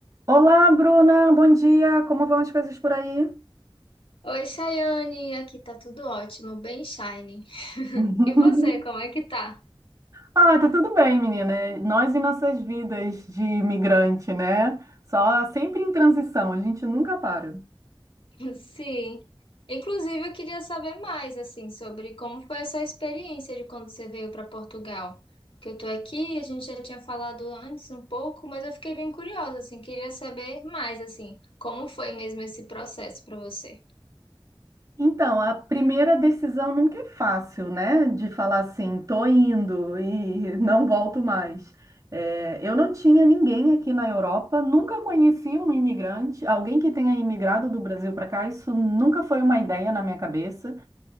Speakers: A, on the right; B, on the left.
A: Olá, Bruna, bom dia. Como vão as coisas por aí?
B: Oi, Chayane, aqui tá tudo ótimo, bem shining.
A: <laughs>
B: E você, como é que tá?
A: Ah, tá tudo bem, menina. Nós e nossas vidas de imigrante, né? Só sempre em transição, a gente nunca para.
B: <laughs> Sim. Inclusive, eu queria saber mais, assim, sobre como foi a sua experiência de quando você veio para Portugal. Que eu tô aqui, a gente já tinha falado antes um pouco, mas eu fiquei bem curiosa, assim, queria saber mais, assim, como foi mesmo esse processo para você.
A: Então, a primeira decisão nunca é fácil, né? De falar assim, tô indo e não volto mais. É, eu não tinha ninguém aqui na Europa, nunca conheci um imigrante, alguém que tenha imigrado do Brasil para cá, isso nunca foi uma ideia na minha cabeça.